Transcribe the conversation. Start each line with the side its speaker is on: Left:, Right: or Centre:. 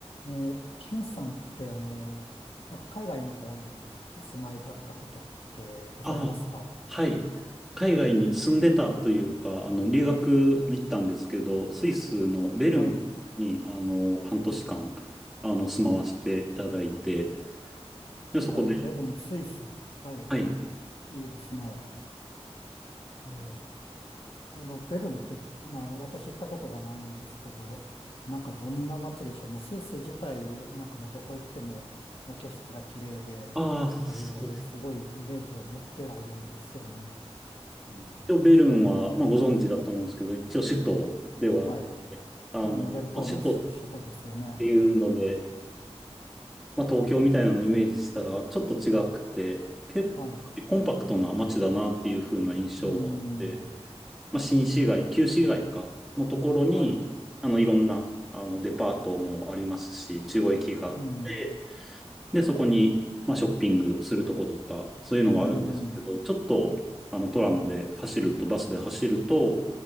Left: えー、しゅんさんって、あの、なんか海外の方にお住まいだったことってございますか
Centre: ああ、はい。海外に住んでたというか、あの、留学行ったんですけど、スイスのベルンに、
Left: はい。
Centre: あの、半年間、あの、住まわせていただいて、で、そこで、
Left: はい。ベルン、スイス。はい。
Centre: はい。
Left: いいですね。えーあの、ベルンって、な、私行ったことがないんですけど、なんかどんな街でしょう。もうスイス自体、なんかもうどこ行っても、もう景色が綺麗で、
Centre: ああ、
Left: っていう、
Centre: そうです。
Left: すごいイメージを持ってはいるんですよね。うん
Centre: 一応、ベルンは、まあ、ご存知だと思うんですけど、一応、首都ではあって、
Left: はい。
Centre: あの、
Left: あの、連邦の首都ですよね。
Centre: まあ、首都っていうので、まあ、東京みたいなのをイメージしたら、ちょっと違くて、結構コンパクトな街だなっていう風な印象はあって、
Left: はい。うーん。
Centre: まあ、新市街、旧市街か、のところに、
Left: はい。
Centre: あの、いろんな、あの、デパートもありますし、中央駅があって、
Left: うん。
Centre: で、そこに、まあ、ショッピングするとことか、そういうのはあるんですけど、
Left: うん。
Centre: ちょっと、あの、トラムで走ると、バスで走ると、